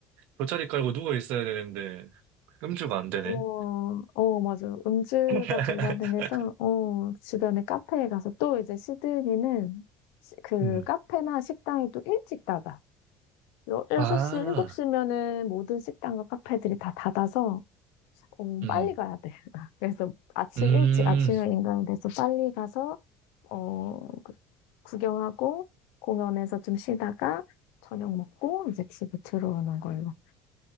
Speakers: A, on the right; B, on the left.
A: 돗자리 깔고 누워 있어야 되는데 음주가 안 되네.
B: 어, 어, 맞아. 음주가
A: <laughs>
B: 불가능해서, 어, 주변에 카페에 가서 또 이제 시드니는 시- 그
A: 음.
B: 카페나 식당이 또 일찍 닫아. 여- 6시,
A: 아,
B: 7시면은 모든 식당과 카페들이 다 닫아서, 어,
A: 음,
B: 빨리 가야 돼. <laughs> 그래서 아침
A: 음,
B: 일찍, 아침형 인간이 돼서 빨리 가서, 어, 그- 구경하고, 공연에서 좀 쉬다가, 저녁 먹고, 이제 집에 들어오는 걸로.